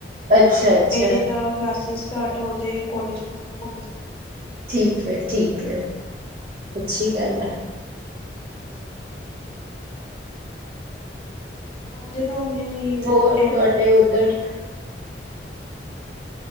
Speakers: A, on the right; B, on the left.
A: ਅੱਛਾ
B: ਤੇ
A: ਅੱਛਾ
B: ਮੇਰੇ ਤਾਂ ਕਲਾਸਿਸ ਸਟਾਰਟ, ਉਹਦੇ ਕੋਲੇਜ ਖ਼ਤਮ ਹੋ ਗਏ ਸੀ।
A: ਠੀਕ ਐ, ਠੀਕ ਐ, ਅੱਛੀ ਗੱਲ ਆ।
B: <inaudible> ਅੱਜ ਨਾ, ਉਹਨੇ ਵੀ
A: ਹੋਰ
B: ਐਂਡ
A: ਤੁਹਾਡੇ
B: ਤੱਕ
A: ਉਧਰ